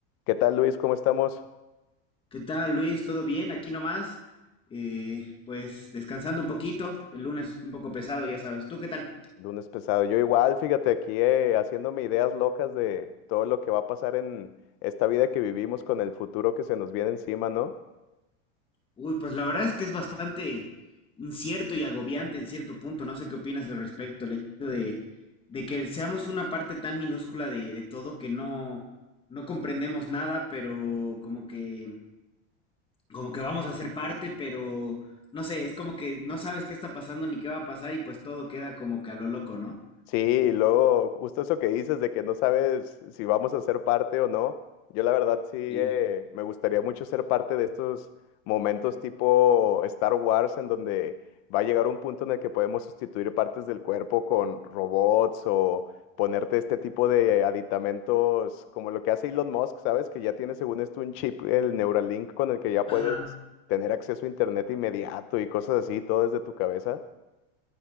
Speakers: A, on the left (about 35°); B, on the left (about 15°).
A: ¿Qué tal, Luis? ¿Cómo estamos?
B: ¿Qué tal, Luis? ¿Todo bien? Aquí nomás. Eh, pues descansando un poquito. El lunes un poco pesado, ya sabes. ¿Tú qué tal?
A: Lunes pesado. Yo igual, fíjate, aquí eh, haciéndome ideas locas de todo lo que va a pasar en esta vida que vivimos con el futuro que se nos viene encima, ¿no?
B: Uy, pues la verdad es que es bastante incierto y agobiante en cierto punto. No sé qué opinas al respecto. El hecho de, de que seamos una parte tan minúscula de, de todo que no, no comprendemos nada, pero como que, como que vamos a ser parte, pero no sé, es como que no sabes qué está pasando ni qué va a pasar y pues todo queda como que a lo loco, ¿no?
A: Sí, y luego justo eso que dices de que no sabes si vamos a ser parte o no. Yo la verdad sí
B: Sí.
A: eh, me gustaría mucho ser parte de estos momentos tipo Star Wars en donde va a llegar un punto en el que podemos sustituir partes del cuerpo con robots o ponerte este tipo de aditamentos como lo que hace Elon Musk, ¿sabes? Que ya tiene según esto un chip, el Neuralink, con el que ya
B: Ajá.
A: puedes tener acceso a internet inmediato y cosas así, todo desde tu cabeza.